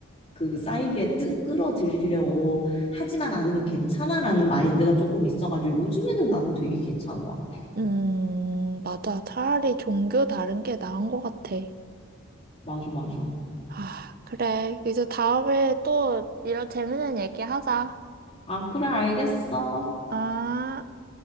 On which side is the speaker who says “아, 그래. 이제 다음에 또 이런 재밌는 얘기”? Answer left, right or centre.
Right